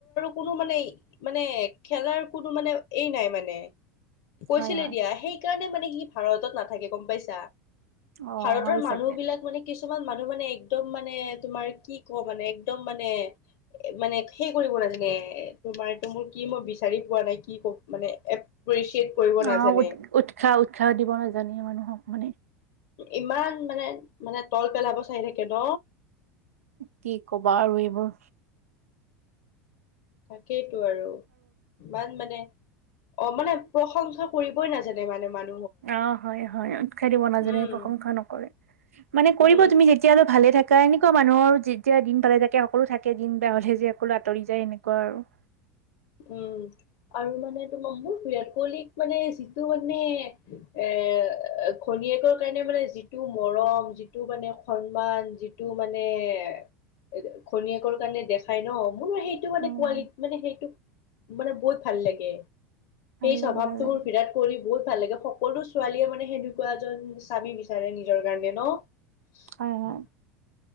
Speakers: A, on the left; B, on the right.
A: কোনো মান মানে খেলাৰ কোনো মানে এই নাই মানে কৈছিলে
B: হয় হয়
A: দিয়া সেই সেইকাৰণে মানে সি ভাৰতত নাথাকে গম পাইছা
B: অ
A: ভাৰতৰ
B: হয়
A: মানুহ
B: চাগে
A: বিলাক মানে কিু কিছুমান মানুহ মানে একদম মানে তোমাৰ কি ক মানে একদম মানে মানে সে কৰিব নাজানে তোমাৰো মোৰ কি মই বিচাৰি পোৱা নাইকি কি ক মানে এপ্ৰিচিয়েট কৰিব
B: অ
A: নাজানে
B: উৎ উৎসাহ উৎসাহ দিব নাজানে মানুহক মানে
A: ইমান মানে মানে তল পেলাব চাইি থাকে ন
B: কি কবা আৰু এইবোৰ
A: তাকেইতো আৰু ইমান মানে অ মানে প্ৰশংসা কৰিবই নাজানে মানে মানুহ
B: অ হয় হয় উৎসাহ দিব নাজানে
A: উম
B: প্ৰশংসা নকৰে মানে কৰিব
A: উম
B: তুমি যেতিয়াাললে ভালে থাকে এনেকুৱা মানুহৰ যেতিয়া দিন পালে থাকে সকলো থাকে দিন বে হলে যে সকলো আঁতৰি যায় এনেকুৱা আৰু <unintelligible>
A: উম আৰু মানে তোমাৰ মোৰ বিৰাট কোহলীিক মানে যিটো মানে এ খনীয়েকৰ কাৰণে মানে যিটো মৰম যিটো মানে সন্মান যিটো মানে মানে খনীয়েকৰ কাৰণে দেখাই ন মোৰ সেইটো মানে
B: উম
A: কোৱালিটি মানে সেইটো মানে বহুত ভাল লাগে
B: ভাল
A: সেই
B: লাগে
A: স্বভাৱটো
B: ভাল লাগে
A: মোৰ বিৰাট কৰি বহুত ভাল লাগে সকলো ছোৱালীয়ে মানে সেনেকুৱা এজন স্বামী বিচাৰে নিজৰ কাৰণে ন উম
B: হয় হয়